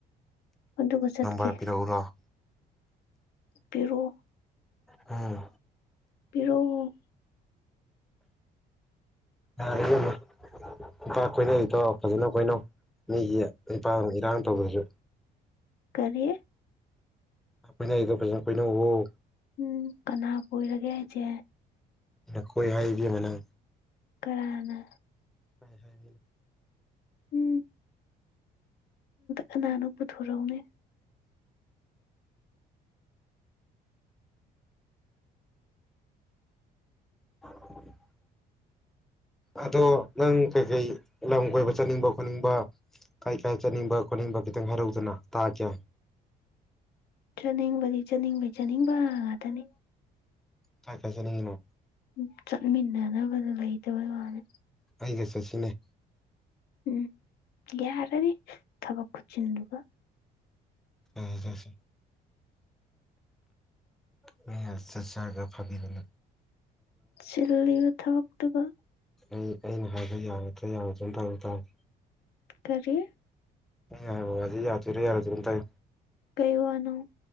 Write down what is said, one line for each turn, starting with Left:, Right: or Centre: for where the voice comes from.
Left: ꯑꯗꯨꯗꯨꯒ ꯆꯠꯀꯦ
Centre: ꯅꯝꯕꯔ ꯄꯤꯔꯛꯎꯔꯣ
Left: ꯄꯤꯔꯣꯑꯣ
Centre: ꯑꯥ
Left: ꯄꯤꯔꯛꯑꯣ
Centre: ꯌꯥꯔꯦ ꯏꯕꯦꯝꯃ ꯅꯨꯄꯥ ꯀꯣꯏꯅꯩꯗꯣ ꯐꯖꯅ ꯀꯣꯏꯅꯧ ꯃꯤꯒꯤ ꯅꯤꯄꯥꯗꯨꯗ ꯏꯔꯥꯡ ꯇꯧꯗꯔꯁꯨ
Left: ꯀꯔꯤ
Centre: ꯀꯣꯏꯅꯩꯗꯣ ꯐꯖꯅ ꯀꯣꯏꯅꯧꯑꯣ
Left: ꯎꯝ ꯀꯅꯥ ꯀꯣꯏꯔꯒꯦ ꯍꯥꯏꯁꯦ
Centre: ꯅꯈꯣꯏ ꯍꯥꯏꯕꯤ ꯑꯃꯅꯪ
Left: ꯀꯅ
Centre: ꯍ ꯍꯣꯏ
Left: ꯎꯝ ꯀꯅꯥꯅꯣ ꯄꯨꯊꯣꯔꯛꯎꯅꯦ
Centre: <unintelligible> ꯑꯗꯣ ꯅꯪ ꯀꯩꯀꯩ ꯂꯝ ꯀꯣꯏꯕ ꯆꯠꯅꯤꯡꯕ ꯈꯣꯠꯅꯤꯡꯕ ꯀꯥꯏ ꯀꯥꯏ ꯆꯠꯅꯤꯡꯕ ꯈꯣꯠꯅꯤꯡꯕ ꯈꯤꯇꯪ ꯍꯥꯏꯔꯧꯗꯅ ꯇꯥ ꯀꯦ
Left: ꯆꯠꯅꯤꯡꯕꯗꯤ ꯆꯥꯅꯤꯡꯕꯩ ꯆꯥꯅꯤꯡꯕ ꯉꯥꯛꯇꯅꯤ
Centre: ꯊꯥꯏ ꯀꯁꯦ ꯅꯉꯅꯣ
Left: ꯎ ꯆꯠꯃꯤꯟꯅꯅꯕꯅꯕ ꯑꯗꯨ ꯂꯩꯇꯕꯩ ꯋꯥꯅꯤ
Centre: ꯑꯩꯒ ꯁꯁꯤꯅꯦ
Left: ꯎꯝ ꯌꯥꯔꯗꯤ ꯊꯕꯛ ꯈꯨꯠꯁꯤꯤꯟꯗꯨꯒ
Centre: ꯎꯝ ꯆꯁꯦ ꯃ ꯆꯠ ꯆꯔꯒ ꯐꯥꯕꯤꯔꯅ
Left: ꯁꯤꯤꯂꯤ ꯃ ꯊ ꯑꯣꯛꯇꯕ
Centre: ꯑꯩ ꯑꯩꯅ ꯍꯥꯏꯕ ꯌꯥꯔꯗ꯭ꯔꯥ ꯌꯥꯔꯗ꯭ꯔꯅ ꯇꯧ ꯇꯥꯦ
Left: ꯀꯔꯤ
Centre: ꯌꯥꯏ ꯍ ꯑꯗꯨꯗꯤ ꯌꯥꯗꯣꯏꯔꯥ ꯌꯥꯔꯣꯏꯗꯤ ꯑꯗꯨꯝ ꯇꯥꯏ
Left: ꯀꯩ ꯋꯥꯅ